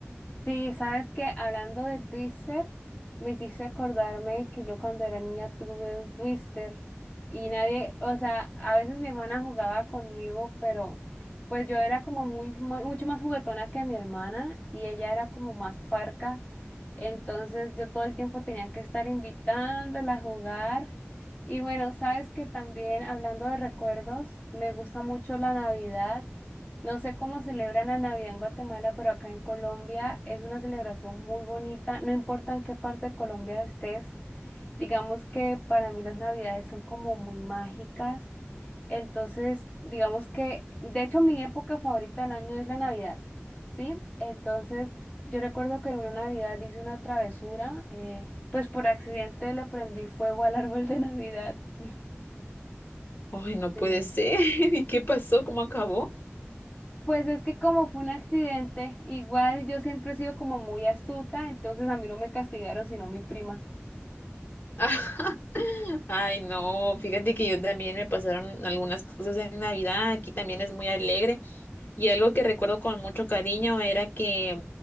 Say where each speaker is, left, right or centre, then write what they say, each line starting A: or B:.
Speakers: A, on the left; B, on the left.
A: Sí, sabes que hablando de Twister, me hiciste acordarme que yo cuando era niña tuve un Twister y nadie, o sea, a veces mi hermana jugaba conmigo, pero pues yo era como muy, muy- mucho más juguetona que mi hermana y ella era como más parca. Entonces yo todo el tiempo tenía que estar invitándola a jugar. Y bueno, sabes que también hablando de recuerdos, me gusta mucho la Navidad. No sé cómo celebran la Navidad en Guatemala, pero acá en Colombia es una celebración muy bonita. No importa en qué parte de Colombia estés, digamos que para mí las Navidades son como muy mágicas. Entonces, digamos que, de hecho, mi época favorita del año es la Navidad, ¿sí? Entonces, yo recuerdo que en una Navidad hice una travesura, eh, pues por accidente le prendí fuego al árbol de Navidad. <laughs>
B: Ay, no
A: Sí.
B: puede ser. <laughs> ¿Y qué pasó? ¿Cómo acabó?
A: Pues es que como fue un accidente, igual yo siempre he sido como muy astuta, entonces a mí no me castigaron, sino mi prima.
B: <laughs> Ajá. Ay, no, fíjate que yo también me pasaron algunas cosas en Navidad, aquí también es muy alegre y algo que recuerdo con mucho cariño era que